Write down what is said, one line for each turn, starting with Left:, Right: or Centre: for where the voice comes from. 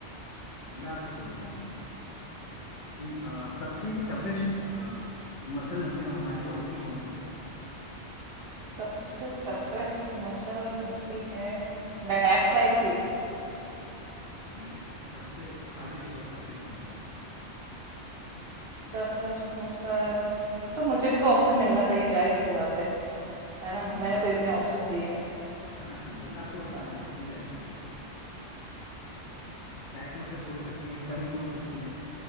Left: मैं आपसे पूछता हूँ इन अ, सबसे टफेस्ट मसल हमने हमारे बॉडी की कौन सी
Right: सबसे टफेस्ट मसल होती है बैक साइड की
Left: नहीं सबसे हार्डेस्ट और टफेस्ट मसल
Right: टफेस्ट मसल तो मुझे भी तो ऑप्शन मिलना चाहिए जाहिर सी बात है है ना
Left: ये
Right: मैंने
Left: हाँ
Right: तो
Left: ये
Right: इतने ऑप्शन
Left: तो है
Right: दिए
Left: हाँ ठीक है मैं आपको बताता
Right: हाँ
Left: हूँ ठीक है बैक मसल बोल सकती हैं टंग बोल सकती हैं